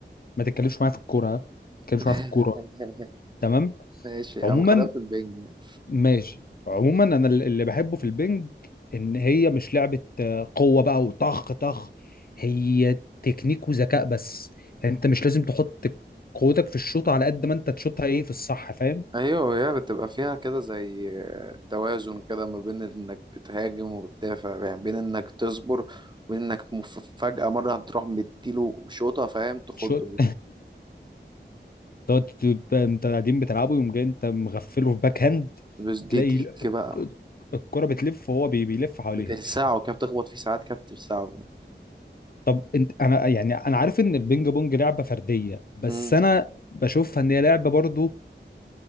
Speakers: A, on the left (about 55°); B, on the right (about 25°).
A: ما تتكلمش معايا في الكوره ها؟ ما تتكلمش
B: <laughs>
A: معايا في الكوره تمام
B: ماشي يا
A: عموما
B: عم خلاف البنج يعني
A: ماشي عموما انا الل- اللي بحبه في البنج ان هي مش لعبه آه، قوه بقى وطخ طخ هي تكنيك وذكاء بس يعني انت مش لازم تحط قوتك في الشوط على قد ما انت تشوطها ايه في الصح فاهم
B: ايوه وهي بتبقى فيها كده زي توازن كده ما بين انك بتهاجم وبتدافع يعني بين انك تصبر وبين انك مف- فجأة مرة هتروح مديله شوطة فاهم تخضه
A: تشوط
B: دي.
A: <laughs> تقعد ت- ت- انت قاعدين بتلعبوا يوم جاي انت مغفله في باك هاند
B: بس دي
A: تلاقي
B: ديك
A: ال-
B: بقى
A: الك- الكرة بتلف وهو بي- بيلف حواليها
B: بتلسعه كده بتخبط فيه ساعات كده بتلسعه
A: طب انت انا يعني انا عارف ان البينج بونج لعبة فردية بس
B: امم
A: انا بشوفها ان هي لعبة برضو